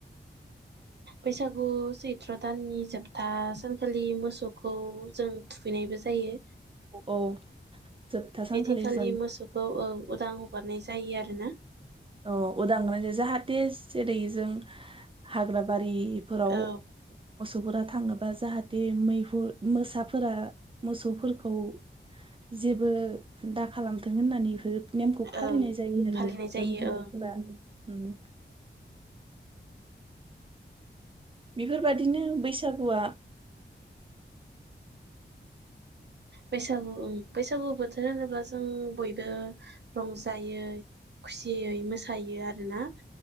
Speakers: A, on the right (about 60°); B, on the right (about 25°).
A: बैसागु सैत्र दाननि जोबथा सानखालि मोसौखौ जों थुखैनायबो जायो।
B: औ जोबथा सानखालि
A: बेदिनखालि
B: जों
A: मोसौखौ उदां हगारनाय जायो दायो आरोना
B: अ उदग्रानिजों जाहाथे जेरैजों हाग्राबारि बेफोराव
A: औ
B: मोसौफोरा थाङोबा जाहाथे मैहुर मोसाफोरा मोसौफोरखौ जेबो दा खालामथों होननानै बेफोरो नेमखौ फालिनाय
A: ओं
B: जायो
A: फालिनाय
B: <unintelligible> जों
A: ओं
B: बरफोरा होम बेफोरबायादिनो बैसागु हौवा
A: बैसागु बैसागु बोथोर होनोब्ला जों बयबो रंजायो खुसि जयै मोसायो आरोना